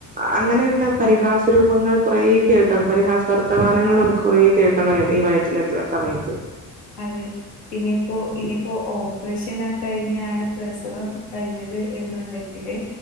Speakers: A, on the right; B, on the left.
A: അങ്ങനെയുള്ള പരിഹാസ രൂപങ്ങൾ കുറ കേട്ടാ പരിഹാസ വർത്തമാനങ്ങൾ നമുക്ക് കുറ കേൾ <unintelligible> ഈ വയറ്റിലുള്ള സമയത്ത്
B: അതെ പിന്നെയിപ്പോ ഇനിയിപ്പോ ഓപ്പറേഷനൊക്കെ കഴിഞ്ഞാണ് പ്രസവം കഴിഞ്ഞത് എന്നുണ്ടെങ്കില്